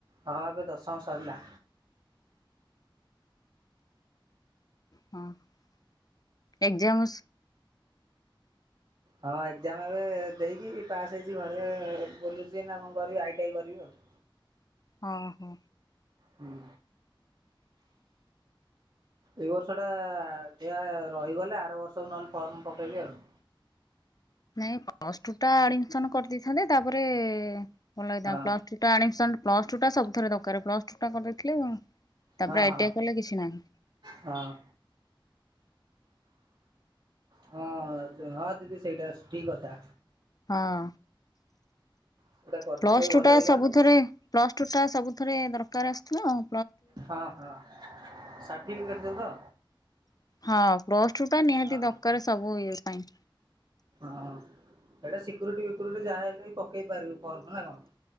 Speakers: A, on the right; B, on the left.
A: ହଁ ଏବେ ଦଶମ ସରିଲା।
B: ହଁ ଏଗ୍ଜାମ
A: ହଁ ଏଜାମ ଏବେ ଦେଇକିରି ପାସ୍ ହେଇଛି। ଘରେ ବୁଲୁଛି ନା କଣ କରିବି ଆଇଟି ଆଇ କରିବି ଆଉ। <inaudible>
B: ଅ ହୋ।
A: ହୁଁ। ଏଇ ବର୍ଷ ଟା ଯା ରହିଗଲେ ଆର ବର୍ଷକୁ ନହେଲେ ଫର୍ମ ପକେଇବି ଆଉ। <inaudible>
B: ନାଇଁ ପ୍ଲସଟୁ ଟା ଆଡମିସନ କରି ଦେଇଥାନ୍ତେ। ତାପରେ ଭଲ <unintelligible>
A: ହଁ
B: ପ୍ଲସ ଟୁ ଟା ପ୍ଲସ୍ ଟୁ ଟା ସବୁଥିରେ ଦକାରେ ପ୍ଲସ ଟୁ ଟା କରିଦେଇଥିଲେ ତାପରେ
A: ହଁ
B: ଆଇଟିଆ
A: ହଁ
B: କଲେ କିଛି ନାହିଁ।
A: ହଁ ହଁ ହଁ ଦିଦି ସେଇଟା ଠିକ୍ କଥା।
B: ହଁ।
A: ସେଇଟା କରିଥିଲେ
B: ପ୍ଲସ
A: ଭଲ
B: ଟୁ ଟା
A: ହେଇଥାନ୍ତା
B: ସବୁଥିରେ ପ୍ଲସ ଟୁ ଟା ସବୁଥିରେ ଦରକାର ଆସିଥିଲା ଆଉ।
A: ହଁ ହଁ ଷାଠିଭିକେଟ ଟା ତ?
B: ହଁ ପ୍ଲସଟୁ ଟା ନିହାତି
A: ହଁ
B: ଦକାରେ ସବୁ ଇଏ ପାଇଁ।
A: ହଁ। ସେଇଟା ସିକ୍ୟୁରିଟି ଫିକୁରିଟି ଯାହାହେଲେ ବି ପକେଇ ପାରିବୁ। ଫର୍ମ ନା କଣ?